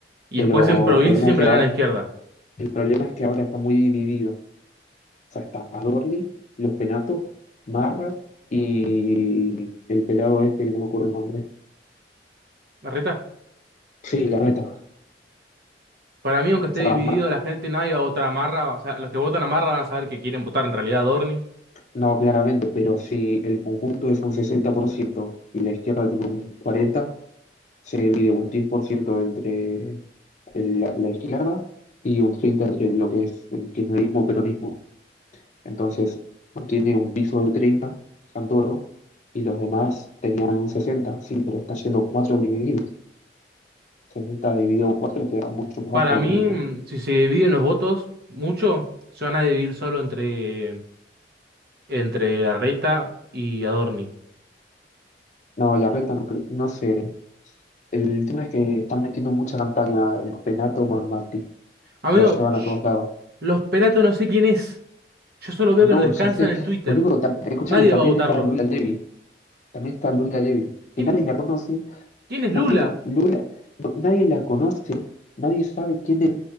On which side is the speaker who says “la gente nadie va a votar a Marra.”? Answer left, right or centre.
Right